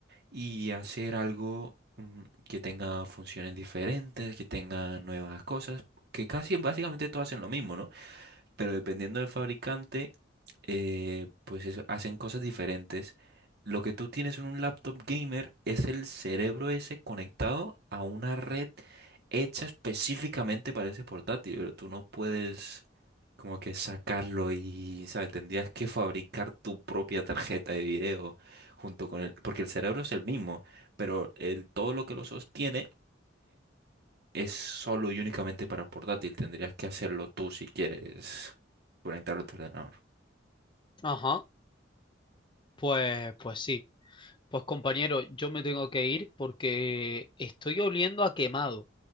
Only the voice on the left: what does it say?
ajá. Pues, pues sí. Pues compañero, yo me tengo que ir porque estoy oliendo a quemado.